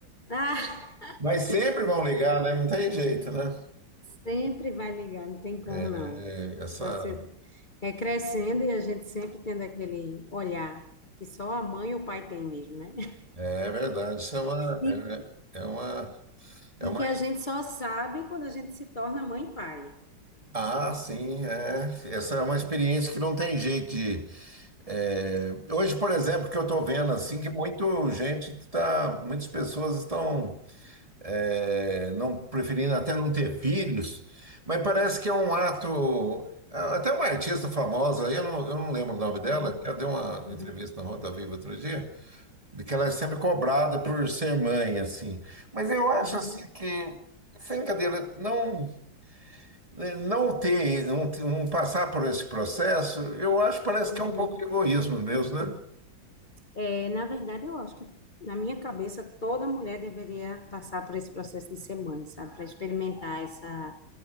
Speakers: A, on the left; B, on the right.
A: Ah,
B: Mas sempre vão ligar, né? Não tem jeito, né?
A: sempre vai ligar, não tem como
B: É,
A: não.
B: é, essa,
A: Você é crescendo e a gente sempre tendo aquele olhar que só a mãe ou o pai tem mesmo, né? <laughs>
B: é é verdade. Isso é uma,
A: E,
B: é, é uma, é
A: e
B: uma.
A: que a gente só sabe quando a gente se torna mãe e pai.
B: Ah, sim, é. Essa é uma experiência que não tem jeito de. é, Hoje, por exemplo, que eu estou vendo assim que muito gente que está, muitas pessoas estão é, não preferindo até não ter filhos, mas parece que é um ato. Até uma artista famosa, eu não, eu não lembro o nome dela,
A: Uhum,
B: que ela deu uma
A: uhum,
B: entrevista na Roda Viva outro dia. de que ela é sempre cobrada por ser mãe, assim. Mas eu acho
A: uhum,
B: assim que, sem cadeira, não né, não ter, não, ter- não passar por esse processo, eu acho que parece
A: uhum.
B: que é um pouco de egoísmo mesmo, né?
A: É, na verdade, eu acho que na minha cabeça toda mulher deveria passar por esse processo de ser mãe, sabe? Para experimentar essa,